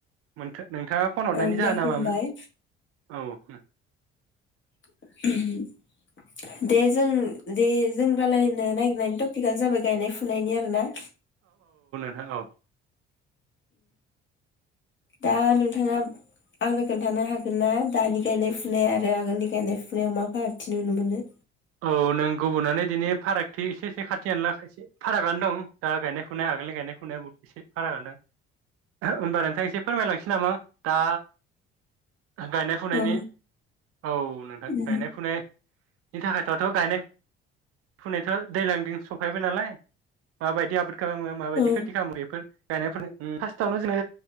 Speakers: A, on the right (about 45°); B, on the left (about 35°).
A: मोनथो नोंथाङा फन हरनायनि
B: ओं दे
A: जाहोन
B: खुलुमबाय
A: मामोन? औ ओ
B: <unintelligible> दे जों दे जों रालायनो नागिरनानै दं थिगानो जाबाय गायनाय फुनायनि आरो ना
A: हेल'
B: दा नोंथाङा आंनो खोन्थानो हागोन ना दानि गायनाय फुनाय आरो आगोलनि गायनाय फुनायाव मा फारागथि नुनो मोनो
A: औ नों गुबुननानै दिनै फारागथि एसे एसे खाथि खानला एसे फारागआनो दं दा गायनाय फुनाय आगोलनि गायनाय फुनाया बहुत एसे फारागानो होमबा नोंथां एसे फोरमायलांनोसै नामा दा गायनाय फुनायनि
B: औ
A: औ नोंथां
B: उम
A: गायनाय फुनाय दाथ' गायनाय फुनायथ' दैज्लां दिन सफैबाय नालाय माबायदि आब खालामो माबायदि
B: औ
A: खोथि खालामो बेफोर गायनायफोर उम फारसावनो जोङो